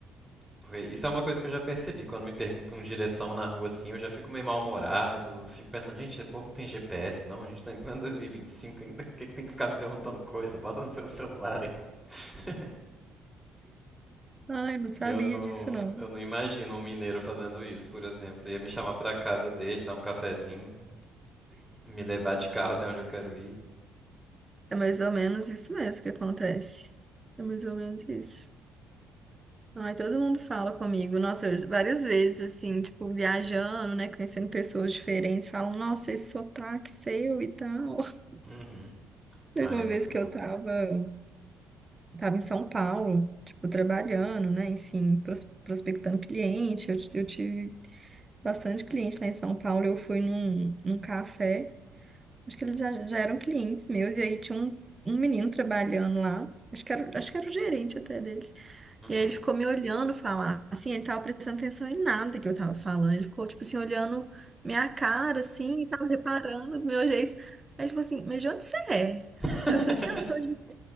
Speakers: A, in the centre; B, on the right.
A: Porque isso é uma coisa que eu já percebi. Quando me perguntam direção na rua assim, eu já fico meio mal-humorado. Fico pensando, gente, esse povo não tem GPS, não? A gente tá em plano 2025, quem tem quem que tem que ficar me perguntando coisa? Bota no seu celular aí. <laughs>
B: Ai, eu não sabia
A: E eu não,
B: disso, não.
A: eu não imagino um mineiro fazendo isso, por exemplo. Ia me chamar pra casa dele, dar um cafezinho, me levar de carro até onde eu quero ir.
B: É mais ou menos isso mesmo que acontece. É mais ou menos isso. Ai, todo mundo fala comigo, nossa, eu- várias vezes, assim, tipo, viajando, né, conhecendo pessoas diferentes, falam, nossa, esse sotaque seu e tal. <laughs>
A: Uhum.
B: Teve
A: Ah, é
B: uma
A: muito
B: vez que
A: bom.
B: eu tava, tava em São Paulo, tipo, trabalhando, né, enfim, pros- prospectando cliente, eu, eu tive bastante cliente lá em São Paulo, eu fui num, num café, acho que eles já, já eram clientes meus, e aí tinha um, um menino trabalhando lá, acho que era, acho que era o gerente até deles.
A: Uhum.
B: E aí ele ficou me olhando falar. Assim, ele tava prestando atenção em nada que eu tava falando. Ele ficou, tipo assim, olhando minha cara, assim, sabe, reparando os meus jeitos. Aí ele falou assim, mas de onde você é?
A: <laughs>
B: Aí eu falei assim, ah, eu sou de...